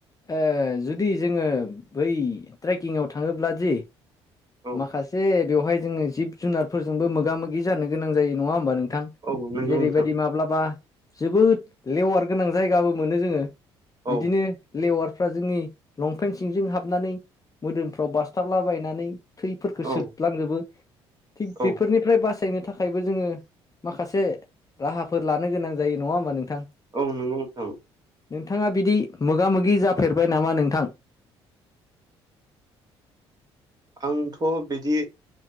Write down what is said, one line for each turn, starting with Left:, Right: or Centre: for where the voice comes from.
Left: ओ जुदि जोङो बै ट्रेकिंआव थाङोब्ला दि
Right: औ
Left: माखासे बेवहाय जोङो जिब जुनारफोरजोंबो मोगा-मोगि जानो गोनां जायो नङा होमबा नोंथां।
Right: औ नंगौ
Left: जेरैबायदि
Right: नोंथां
Left: माब्लाबा जोबोद लेवार गोनां जायगाबो मोनो जोङो। बिदिनो
Right: औ
Left: लेवारफ्रा जोंनि लंपेन्ट सिंजों हाबनानै मोदोमफ्राव बासथाबलाबायनानै थैफोरखौ
Right: औ
Left: सोबलांजोबो थिग
Right: औ
Left: बेफोरनि बेनिफ्राय बासायनो थाखायबो जोङो माखासे राहाफोर लानो गोनां जायो नङा होमबा नोंथां।
Right: औ नोंगौ नोंथां।
Left: नोंथाङा बिदि मोगा मोगि जाफेरबाय नामा नोंथां?
Right: आंथ' बिदि